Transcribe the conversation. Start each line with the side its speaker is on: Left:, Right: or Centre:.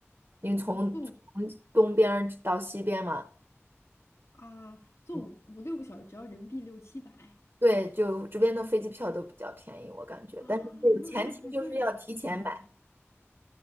Right: 因为从从
Left: 坐五
Right: 东边儿到西边嘛，
Left: 啊，坐五五六个小时只要人民币六七百
Right: 嗯对，就这边的飞机票都比较便宜，我感觉，
Left: 啊，
Right: 但是这个前提就是要提前买，
Left: 那那那真还挺便宜，